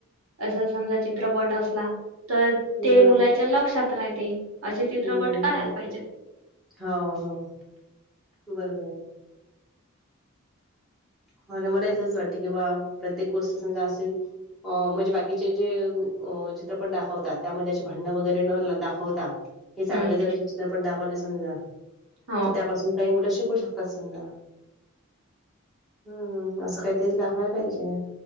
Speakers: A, on the right; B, in the centre.
A: असं समजा चित्रपट असला तर
B: हम्म
A: ते मुलाच्या लक्षात राहते. असे चित्रपट
B: हम्म
A: काढायला
B: हम्म
A: पाहिजेत.
B: हो हो बरोबर आहे ह ना मला तच वाटते की बा प्रत्येक गोष्ट समजा असे. अ म्हणजे बाकीचे जे अ चित्रपट दाखवतात त्यामध्ये असे भांडण वगैरे न दाखवता. हे चांगले
A: हम्म
B: जर असे चित्रपट दाखवले समजा
A: हो
B: तर त्यापासून काही मुलं शिकू शकतात समजा. हम्म असं काहीतरी दाखवायला पाहिजे.